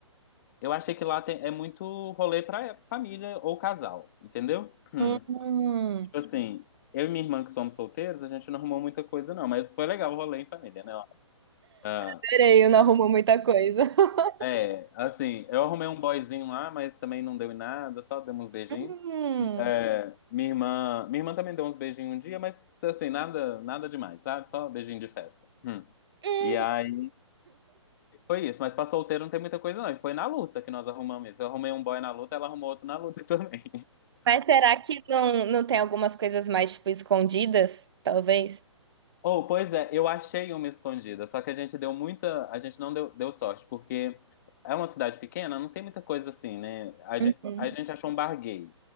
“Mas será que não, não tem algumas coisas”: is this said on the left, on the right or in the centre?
Right